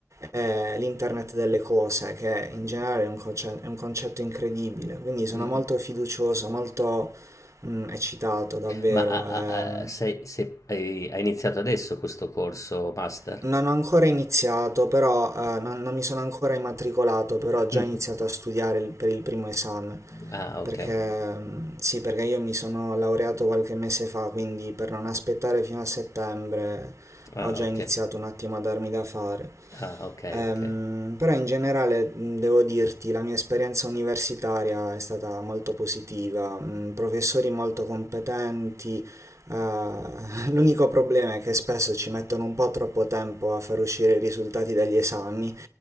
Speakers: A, on the right; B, on the left.
A: è l'internet delle cose, che in generale è un, conce- è un concetto incredibile. Quindi sono
B: mm. mm.
A: molto fiducioso, molto mm, eccitato davvero.
B: Ma ah,
A: ehm.
B: ah, ah, sei, sei- hai, hai iniziato adesso questo corso master?
A: Non ho ancora iniziato, però eh, non, non mi sono ancora immatricolato, però ho già
B: Mm.
A: iniziato a studiare il- per il primo esame,
B: Ah, ok.
A: perché mm, sì, perché io mi sono laureato qualche mese fa, quindi per non aspettare fino a settembre
B: Ah,
A: ho già
B: ok.
A: iniziato un attimo a darmi da fare.
B: Ah, ok,
A: Ehm,
B: ok.
A: però in generale mh, devo dirti, la mia esperienza universitaria è stata molto positiva, mh, professori molto competenti, eh, <laughs> l'unico problema è che spesso ci mettono un po' troppo tempo a far uscire i risultati degli esami,